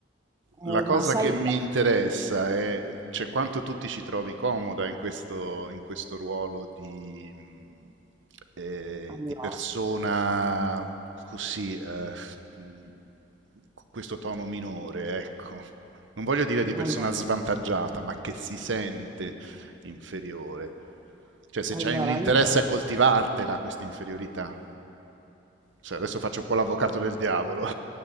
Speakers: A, on the right; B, on the right.
A: eh,
B: la cosa
A: ma sai,
B: che mi interessa è cioè, quanto tu ti ci trovi comoda in questo, in questo ruolo di, mh, eh,
A: allora,
B: di persona così, eh, mh, con questo tono minore, ecco. Non voglio dire di persona
A: allora,
B: svantaggiata, ma che si sente inferiore. Cioè, se
A: allora,
B: c'hai un interesse
A: io
B: a coltivartela, questa inferiorità. Cioè, adesso faccio un po' l'avvocato del diavolo.